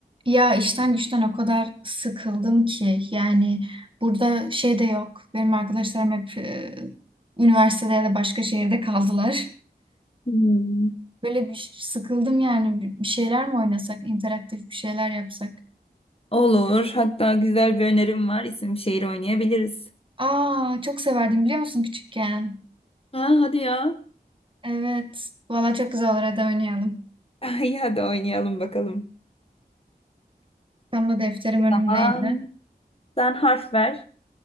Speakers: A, on the right; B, on the left.
A: Ya işten güçten o kadar sıkıldım ki yani burada şey de yok. Benim arkadaşlarım hep e, üniversitede ya da başka şehirde kaldılar.
B: Hmm,
A: <laughs> Böyle bir sıkıldım yani bir bir şeyler mi oynasak, interaktif bir şeyler yapsak.
B: Olur. Hatta güzel bir önerim var. İsim şehir oynayabiliriz.
A: Aa çok severdim biliyor musun küçükken?
B: Ha, hadi ya.
A: Evet. Valla çok güzel olur hadi oynayalım.
B: <laughs> İyi hadi oynayalım bakalım.
A: Tam da defterim önümdeydi.
B: Aman, sen harf ver.